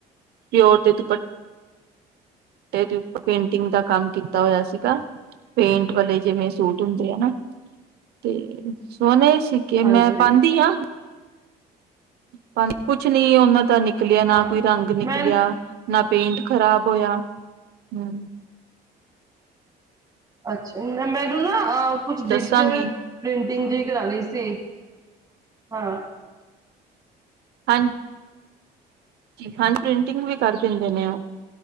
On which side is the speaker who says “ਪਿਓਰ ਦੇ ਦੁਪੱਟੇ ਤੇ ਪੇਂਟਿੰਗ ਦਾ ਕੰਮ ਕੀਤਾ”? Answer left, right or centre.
Right